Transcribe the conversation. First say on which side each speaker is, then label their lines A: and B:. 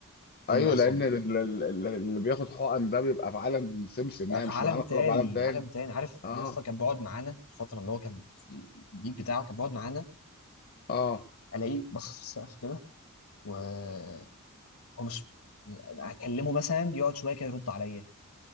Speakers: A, on the left; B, on the left.
A: ايوه
B: اللي بيحصل
A: لان
B: له.
A: ال- ال- ال- اللي بياخد حقن ده بيبقى في عالم سمسم
B: بقى
A: يعني
B: في
A: مش
B: عالم
A: معانا
B: تاني
A: قوي في عالم تاني
B: عالم تاني عارف
A: اه
B: انا اصلا كان بيقعد معانا في الفتره اللي هو كان في البيت بتاعه كان بيقعد معانا
A: اه
B: الاقيه بص في السقف كده وهو مش يعني اكلمه مثلا يقعد شويه كده يرد عليا